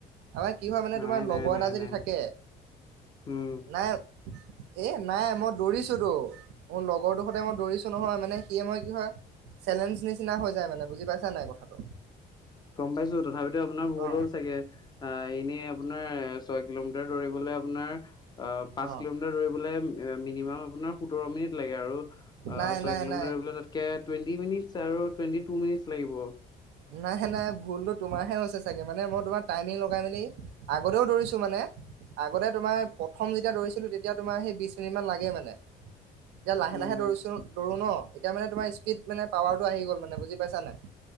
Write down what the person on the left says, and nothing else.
নাই
নাই নাই
নাই
উম
গম পাইছো তথাপিতো আপোনাৰ ভুল
হয় চাগে। আই এনেই আপোনাৰ ছয় কিলোমিটাৰ দৌৰিবলে আপোনাৰ আহ পাঁচ
কিলোমিটাৰ মিনিমাম আপোনাৰ সোতৰ মিনিট লাগে আৰু অ
ছয়
কিলোমিটাৰ
দৌৰিবলে তাতকে টুৱেণ্টি মিনিট আৰু টুৱেটি টিনি লাগিব।
উম